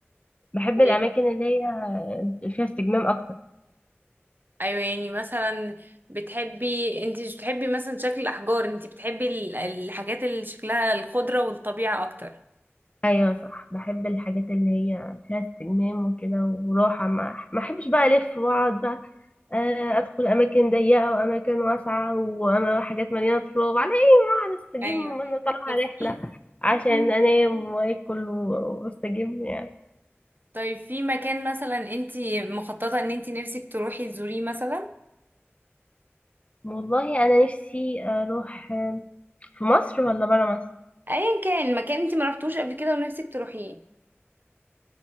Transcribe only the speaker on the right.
طيب.
ايوه يعني مثلا بتحبي انت مش بتحبي مثلا شكل الاحجار انت بتحبي ال- الحاجات اللي شكلها الخضره والطبيعه اكتر
ايوه
طب
في
في-
طيب في مكان مثلا انت مخططه ان انت نفسك تروحي تزوريه مثلا
ايا كان مكان انت ما رحتوش قبل كده ونفسك تروحيه